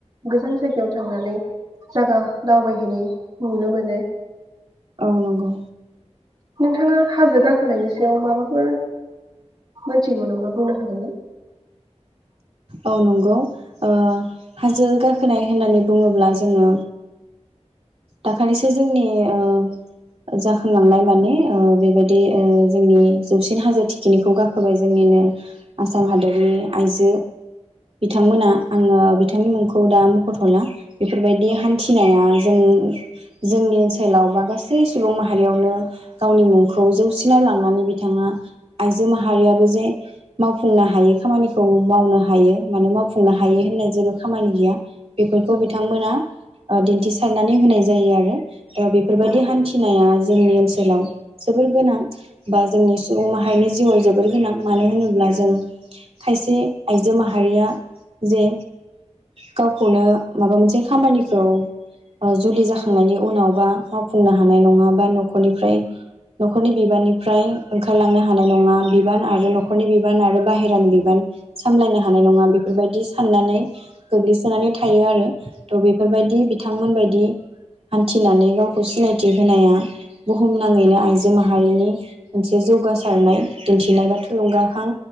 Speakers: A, on the right; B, on the right.
A: गोजान जायगायाव थांनानै जागा दावबायहैनाय नुनो मोनो।
B: औ नंगौ।
A: नोंथाङा हाजो गाखोनायनि सायाव माबाफोर मोनथिगौ नामा बुंनो हागोन ना?
B: औ नंगौ ओ हाजो गाखोनाय होननानै बुङोब्ला जोङो दाखालिसो जोंनि ओ जाखांलांनाय माने ओ बेबायदि ओ जोंनि जौसिन हाजो थिखिनिखौ गाखोबाय जोंनिनो आसाम हादरनि आइजो बिथांमोना
A: औ
B: आङो बिथ बिथांनि मुंखौ दा मखथला बेफोरबायदि
A: औ
B: हान्थिनाया जोंङो जोंनि ओनसोलाव बा गासै सुबुं माहारियावनो गावनि मुंखौ जौसिनाव लांनानै बिथाङा आइजो माहारियाबो जे मावफुंनो हायै खामानिखौ मावनो हा हायो माने मावफुंनो हायो होननाय जेबो खामानि गैया। बेफोरखौ
A: नंगौ
B: बिथांमोना ओ दिन्थिसारनानै होनाय जायो आरो। ओ बेफोरबायदि
A: नंगौ
B: हान्थिनाया जो जोंनि ओनसोलाव जोबोर गोनां बा जोंनि सुबुं माहारिनि जिउआव जोबोर गोनां मानो होनोब्ला जों खायसे आइजो माहारिया जे गावखौनो माबा मोनसे खामानिखौ ओ जुलि जाखांनायनि उनावबा मावफुंनो हानाय नङा बा नखरनिफ्राय नखरनि बिबाननिफ्राय ओंखारलांनो हानाय नङा बिबान आरो नखरनि बिबान आरो बाहेरानि बिबान सामलायनो हानाय नङा बेफोरबायदि साननानै गोग्लैसोनानै थायो आरो थह बेफोरबायदि बिथांमोनबायदि हान्थिनानै गावखौ सिनायथि होनाया बुहुमनाङैनो आइजो जो माहारिनि मोनसे जौगासारनाय। दिन्थिनाय बा थुलुंगाखां